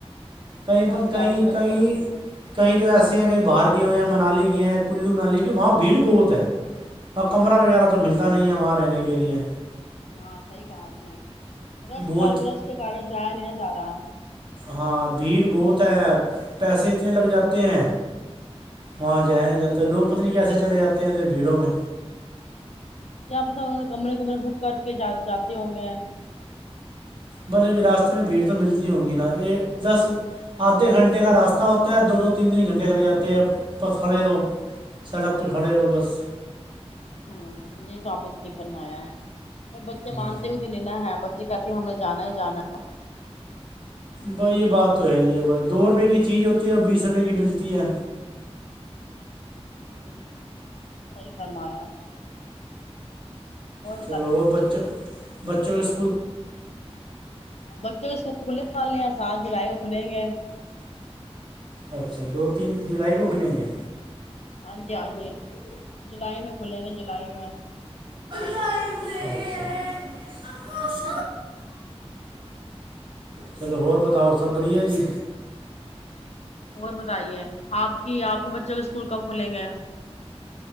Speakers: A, on the right (about 50°); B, on the left (about 80°).
A: کہیں
B: ہاں
A: پر کہیں
B: جی ہاں جی
A: کہیں
B: بچوں
A: کہیں تو ایسے ہیں کہیں باہر گئے ہوئے ہیں منالی گئے ہیں کلو منالی کی وہاں بھیڑ بہت ہے وہاں کمرہ وغیرہ تو ملتا نہیں ہے وہاں رہنے کے لئے
B: ہاں صحی کہا میں رش
A: بہت
B: کر گ رش کے کار جایا نہیں نہ جاتا ہاں
A: ہاں بھیڑ بہت ہے پیسے اتنے لگ جاتے ہیں وہاں جیا نہیں جاتا لوگ پت نہیں کیسے چلے جاتے ہیں انے بھیڑوں میں
B: کیا پتا انہوں نے کمرے کمرے بک کر کےا جاتے ہوں گے
A: بل راستے میں بھیڑ تو ملتی ہوں گی نا یہ دس آدھے گھنٹے کا راستہ ہوتا ہے دو دو تین تین گھنٹے اڈے لگ جاتے ہیں پتھڑے لو سڑک پ گھڑے روگس
B: ہوں ج ر رب نہیں فرمایا پر بچے
A: ہاں
B: مانتے ہو تو نہیںا ہے کہتی ہیں ہمیں جانا ہی جانا ہے
A: بائی یہ بات تو ہے ہی ہے بس دو روپے کی چیز ہوتی ہے اور بیس روپے کی ملتی ہے
B: ہ سی فرمایا اور
A: چلو بچوں بچوں کے اس
B: بچے کےکول کھلنے والے سات جولائی وہ کھلیں گے
A: اچھا دو تین جولائی کو کھلیں گے
B: ہاں جی ہاں جی جلائی میں کھلے نہیں جلائی میں
A: <inaudible> چلو ہو ب تاؤ سب بڑیا جی
B: اور بتائیے آپ کی آپ کے بچوں کے اسکول کب کھلیں گے